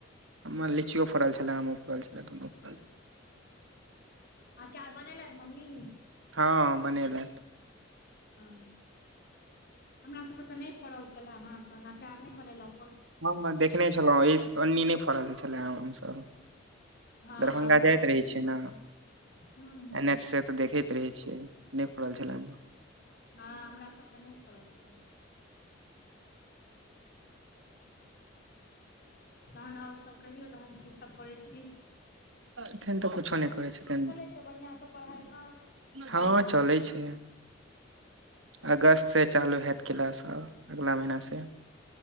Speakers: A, on the right (about 80°); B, on the left (about 50°).
A: हमर लीचियो फड़ल छलै आमो फड़ल छलै दुनू फड़ल छल
B: आचार बनेलथि मम्मी
A: हँ बनेलथि
B: हँ हमरा सब के ते नहि फड़ल छले हे तऽ अचार नहि बनेल उऽ
A: हम ने देखने छलहुँ अन्नी नहि फड़ल छलै आमसभ
B: हँ
A: दरभंगा
B: हमरा
A: जाइत
B: सब
A: रहै
B: दिस नहि
A: छै
B: छले
A: ने
B: हूँ हूँ
A: एन एच सॅं तऽ देखैत रहै छियै नहि फड़ल छलाह
B: हँ हमरा सबके नहि फड़ल छलै तहन ओरसभ कहियौ तहन कीसभ करै छी
A: एखन तऽ किछो नहि करे छथिन
B: अच्छा बढ़िआं से पढ़ाइ कऽ
A: हँ चलै छै अगस्तसँ चालू हैत किलास आ अगिला महीनासँ